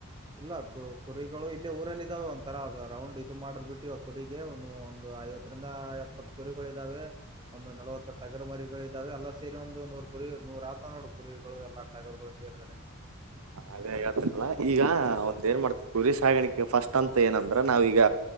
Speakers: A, on the right; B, on the right.
A: ಇಲ್ಲ ಕು ಕುರಿಗಳು ಇಲ್ಲಿ ಊರಲ್ಲಿ ಇದಾವೆ ಒಂಥರ ರೌಂಡ್ ಇದು ಮಾಡದ್ ಬಿಟ್ಟಿ <unintelligible> ಕುರಿ ಎವನು ಒಂದು ಐವತ್ತರಿಂದ ಎಪ್ಪತ್ ಕುರಿಗಳು ಇದಾವೆ ಒಂದು ನಲವತ್ತು ಟಗರ್ ಮರಿಗಳು ಇದಾವೆ ಎಲ್ಲಾ ಸೇರಿ ಒಂದು ನೂರ್ ಕುರಿ ನೂರ್ ಆತ ನೋಡ್ ಕುರಿ ಗಳು ಎಲ್ಲ ಟಗರ್ಗಳು ಸೇರಿ <inaudible>
B: ಅದೇ ಹೇಳ್ತಿನಲ್ಲ ಈಗ ಒಂದ್ ಏನ್ ಮಾಡ್ತ ಗುರಿ ಸಾಗಾಣಿಕೆ ಫಸ್ಟ್ ಅಂತ ಏನಂದ್ರ ನಾವೀಗ